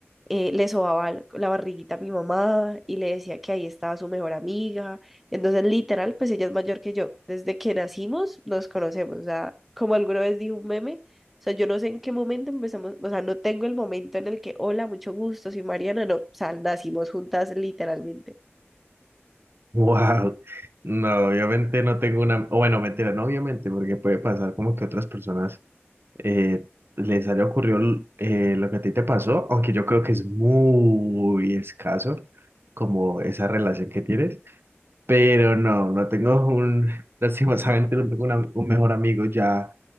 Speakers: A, in the centre; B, on the right (about 55°).
A: eh, le sobaba l- la barriguita a mi mamá y le decía que ahí estaba su mejor amiga. Entonces, literal, pues ella es mayor que yo. Desde que nacimos nos conocemos. O sea, como alguna vez dijo un meme, o sea, yo no sé en qué momento empezamos, o sea, no tengo el momento en el que, hola, mucho gusto, soy Mariana, no, o sea, nacimos juntas literalmente.
B: Wow. No, obviamente no tengo una. o bueno, mentira, no, obviamente, porque puede pasar como que otras personas eh, les haya ocurrido eh, lo que a ti te pasó, aunque yo creo que es muy escaso como esa relación que tienes. Pero no, no tengo un. <laughs> Lastimosamente, no tengo una- un mejor amigo ya